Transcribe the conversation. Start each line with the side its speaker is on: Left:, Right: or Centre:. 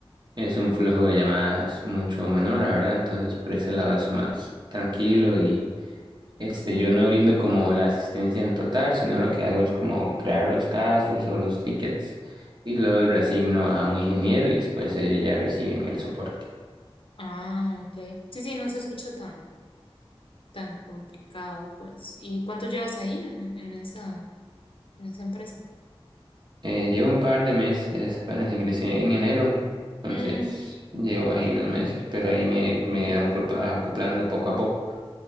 Right: es un flujo de llamadas mucho menor, la verdad, entonces por ese lado es más tranquilo este, yo no brindo como la asistencia en total, sino lo que hago es como crear los casos o los tickets y luego los reasigno a un ingeniero y después ellos ya reciben el soporte.
Left: Ah, ok. Sí, sí, no se escucha tan, tan complicado, pues. ¿Y cuánto llevas ahí en, en esa, en esa empresa?
Right: Eh, llevo un par de meses, apenas ingresé en enero, entonces
Left: Mm,
Right: llevo ahí unos meses, pero ahí me, me he aculpa- acoplando poco a poco.